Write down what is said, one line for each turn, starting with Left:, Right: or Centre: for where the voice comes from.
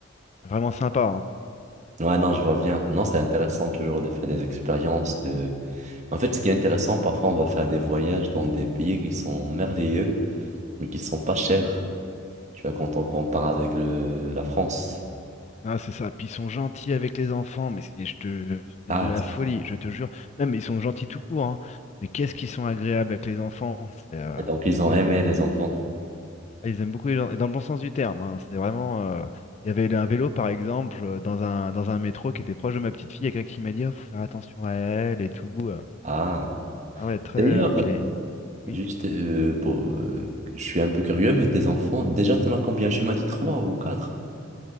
Left: vraiment sympa. hein.
Right: Ouais, non, je vois bien. Non, c'est intéressant toujours de faire des expériences, de... En fait, ce qui est intéressant, parfois, on va faire des voyages dans des pays qui sont merveilleux, mais qui sont pas chers. Tu vois, quand on compare avec le... la France.
Left: Ah, c'est ça. Puis ils sont gentils avec les enfants, mais c'est je te, c'est
Right: Ah,
Left: de la folie, je te jure. Même ils sont gentils tout court, hein. Mais qu'est-ce qu'ils sont agréables avec les enfants. c'est, euh,
Right: Et Donc, ils ont
Left: y
Right: aimé
Left: a-
Right: les enfants.
Left: ah, ils aiment beaucoup les gens, et dans le bon sens du terme. hein. C'est vraiment. euh, Il y avait un vélo, par exemple, euh, dans un, dans un métro qui était proche de ma petite fille. Il y a quelqu'un qui m'a dit, oh, faut faire attention à elle et tout. euh.
Right: Ah.
Left: Ah ouais, très.
Right: D'ailleurs,
Left: euh, Puis les... Oui.
Right: juste euh, pour, euh, je suis un peu curieux, mais tes enfants, déjà, t'en as combien? Tu m'as dit trois ou quatre.